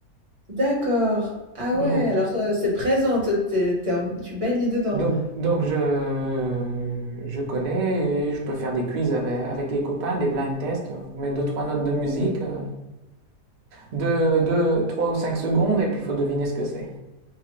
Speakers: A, on the right; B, on the right.
A: D'accord. Ah
B: Donc,
A: ouais, alors, heu, c'est présent, t'es t'es es tu en tu baignes dedans.
B: donc, donc, je, je connais et je peux faire des quiz avec, avec les copains, des blind tests. On met deux, trois notes de musique, euh, de, de trois ou cinq secondes et puis il faut deviner ce que c'est.